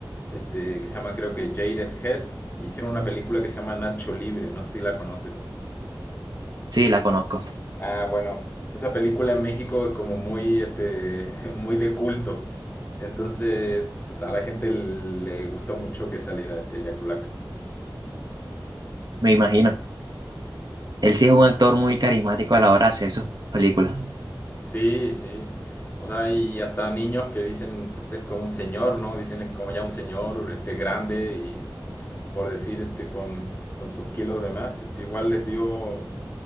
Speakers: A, on the left; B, on the right.
A: este, que se llama creo que Jared Hess, hicieron una película que se llama Nacho Libre, no sé si la conoces.
B: Sí, la conozco,
A: Ah, bueno, esa película en México es como muy, este, <laughs> muy de culto. Entonces, pues, a la gente le gustó mucho que saliera este Jack Black.
B: me imagino. Él sí es un actor muy carismático a la hora de hacer sus películas.
A: Sí, sí. O sea, y hasta niños que dicen, pues es como un señor, ¿no? Dicen es como ya un señor, este grande y por decir, este con, con sus kilos de más, este igual les dio